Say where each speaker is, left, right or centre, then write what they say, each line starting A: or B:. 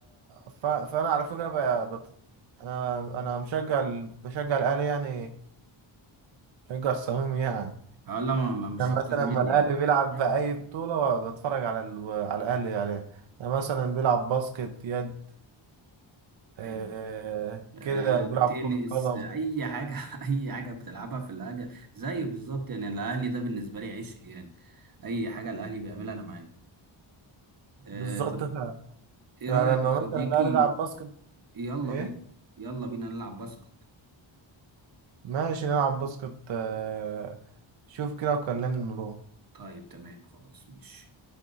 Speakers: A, on the right; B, on the right.
A: ف... فأنا على فكرة بقى بط... أنا أنا مشجع ال... بشجع الأهلي يعني بشجع الصميم يعني
B: آه، لا ما ما- مش
A: أنا
B: اكتر
A: مثلا
B: مني
A: لما الأهلي بيلعب
B: <laughs>
A: بأي بطولة بتفرج على ال... على الأهلي عليها أنا مثلا بيلعب باسكت يد آه...
B: ايوه آه،
A: كده بيلعب
B: تنس
A: كرة قدم
B: اي حاجه <laughs> اي حاجه بتلعبها في الاهلي زي بالظبط يعني الاهلي ده بالنسبه لي عشق يعني اي حاجه الاهلي بيعملها انا معاه آه،
A: بالظبط
B: طب
A: ف...
B: ايه
A: فلما
B: رايك يا صديقي
A: مثلا الأهلي يلعب باسكت
B: يلا
A: إيه
B: بينا يلا بينا نلعب باسكت
A: ماشي نلعب باسكت آه... شوف كده وكلمني له
B: طيب تمام خلاص ماشي